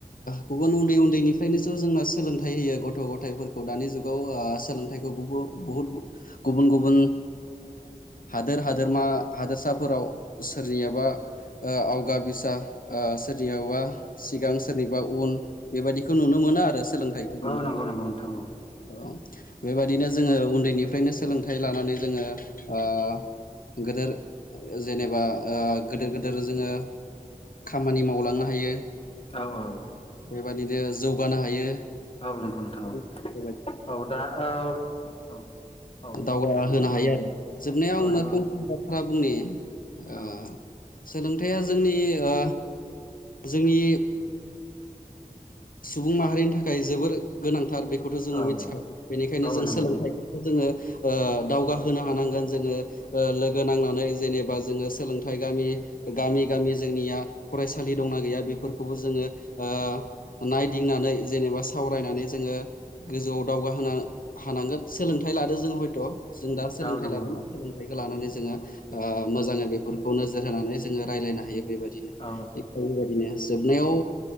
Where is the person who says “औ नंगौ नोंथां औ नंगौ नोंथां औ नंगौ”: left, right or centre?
Left